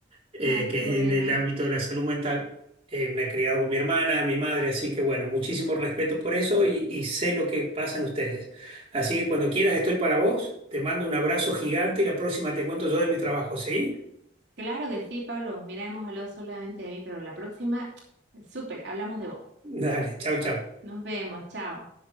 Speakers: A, on the right; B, on the right.
A: eh,
B: ay,
A: que
B: qué
A: es
B: bueno.
A: en el ámbito de la salud mental. Eh, me he criado con mi hermana, mi madre, así que bueno, muchísimo respeto por eso y, y sé lo que pasan ustedes. Así que cuando quieras estoy para vos, te mando un abrazo gigante y la próxima te cuento yo de mi trabajo, ¿sí?
B: Claro que sí, Pablo. Mira, hemos hablado solamente de mí, pero la próxima, <tsk> súper, hablamos de vos.
A: Dale, chao, chao.
B: Nos vemos, chao.